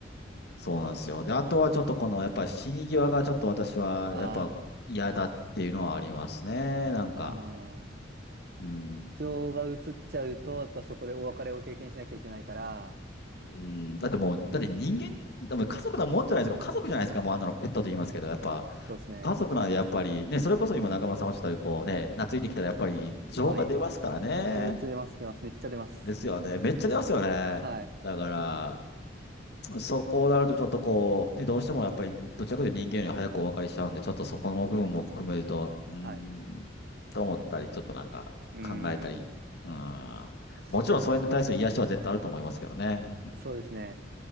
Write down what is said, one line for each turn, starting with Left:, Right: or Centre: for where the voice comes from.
Left: そうなんですよ。で、あとはちょっとこの、やっぱ死に際がちょっと私は、
Right: あ
Left: やっぱ嫌だっていうのはありますね。なんか、
Right: あ、うーん。
Left: うん、
Right: 情が移っちゃうと、やっぱそこでお別れを経験しなきゃいけないから、
Left: うん、だってもう、だって人間、でも家族なもんじゃないですか。家族じゃないですか。
Right: うん、
Left: もうあんなのペットと言いますけど、やっぱ
Right: そうですね。
Left: 家族なんでやっぱり、ね、それこそ今中村さんおっしゃったようにこうね、懐いてきたらやっぱり情が出ますからね。
Right: はい。情出ます、出ます。めっちゃ出ます。
Left: ですよね。めっちゃ出ますよね。
Right: はい。
Left: だから、そこうなるとちょっとこう、ね、どうしてもやっぱりどちらかというと人間より早くお別れしちゃうんで、ちょっとそこの部分も含めると、うーん、
Right: はい。
Left: と思ったり、ちょっとなんか考えたり、
Right: うーん。
Left: うーん。
Right: それ、
Left: もちろんそれに対する癒しは絶対あると思いますけどね。
Right: そうですね。